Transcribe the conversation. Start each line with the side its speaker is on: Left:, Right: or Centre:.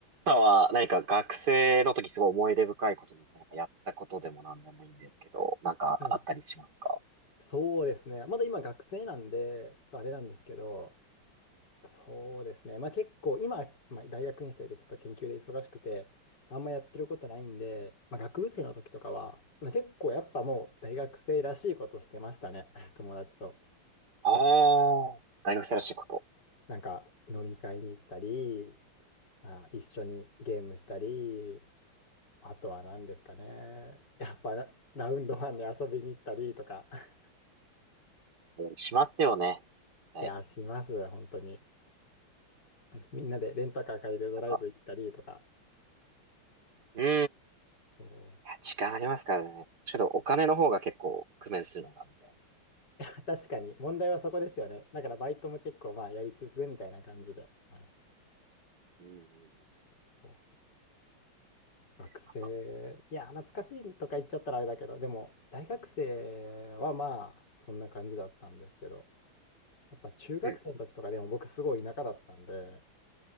Right: さんは何か学生の時すごい思い出深いことだったりなんかやったことでも何でもいいんですけど、なんかあったりしますか
Left: はい。そうですね。まだ今学生なんで、ちょっとあれなんですけど、そうですね。まあ結構今、まあ、大学院生でちょっと研究で忙しくて、あんまやってることないんで、まあ学部生の時とかは、まあ結構やっぱもう大学生らしいことしてましたね。<laughs> 友達と。
Right: ああー、大学生らしいこと。
Left: なんか飲み会に行ったり、まあ一緒にゲームしたり、あとは何ですかね。やっぱラウンドワンに遊びに行ったりとか、<laughs>
Right: うんしますよね。はい。
Left: いや、します、本当に。みんなでレンタカー借りてドライブ行ったりとか。
Right: なんか、うん。い
Left: そ
Right: や、時間ありますからね。しかもお金の方が結構工面するのが、みたい
Left: う。確かに、問題はそこですよね。だからバイトも結構まあやりつつみたいな感じで。はい。
Right: な。うんうんうん。
Left: そう学生、
Right: なんか、
Left: いや、懐かしいとか言っちゃったらあれだけど、でも、大学生はまあ、そんな感じだったんですけど、やっぱ中学生の時とかでも僕すごい田舎だったんで、
Right: うん